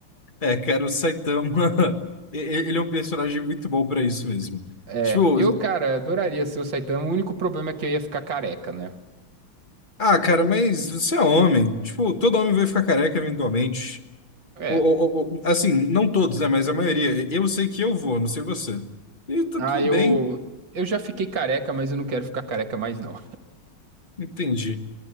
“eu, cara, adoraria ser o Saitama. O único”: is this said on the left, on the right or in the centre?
Right